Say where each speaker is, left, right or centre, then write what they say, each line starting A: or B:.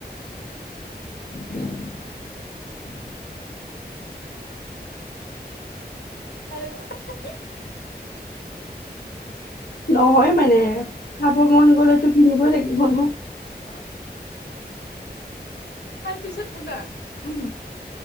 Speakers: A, on the left; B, on the left.
A: উ
B: আ হি হি
A: নহয় মানে খাব মন গ'লেটো কিনিবই লাগিব ন
B: অ তাৰ পিছত শুনা উ